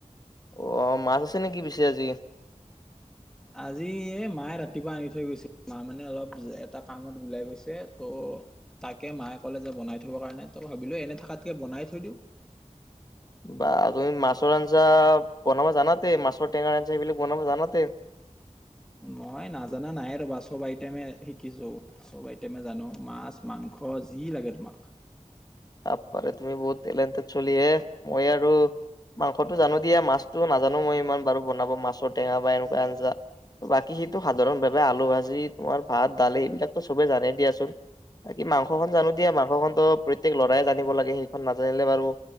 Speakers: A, on the left; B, in the centre.
A: অ মাছ আছে নেকি পিছে আজি।
B: আজি এ মায়ে ৰাতিপুৱা আনি থৈ গৈছিল মা মানে অলপ। এটা কামত ওলাই গৈছে, ত' তাকে মায়ে ক'লে যে বনাই থব কাৰণে, ত' ভাবিলো এনে থকাতকে বনাই থৈ দিওঁ।
A: বা তুমি মাছৰ আঞ্চা বনাব জানা তে, মাছৰ টেঙাৰ সেইবিলাগ বনাব জানা, তে?
B: মই নাজানা নাই ৰ'বা, চব আইটেমে শিকিছোঁ, চব আইটেমে জানো মাছ, মাংস যি লাগে তোমাক।
A: বাপ্পা ৰে তুমি বহুত টেলেণ্টেড চলিহে, মই আৰু মাংসতটো জানো দিয়া মাছতো নাজানো মই ইমান বাৰু বনাব মাছৰ টেঙা বা এনেকুৱা আঞ্জা, বাকী সেইটো সাধাৰণ ভাৱে আলু ভাজি তোমাৰ ভাত দালি এইবিলাকো চবে জানে দিয়াচোন, বাকি মাংস খন জানো দিয়া মাংস খন। প্ৰত্যক ল'ৰাই জানিব লাগে, সেইকন নাজানিলে বাৰু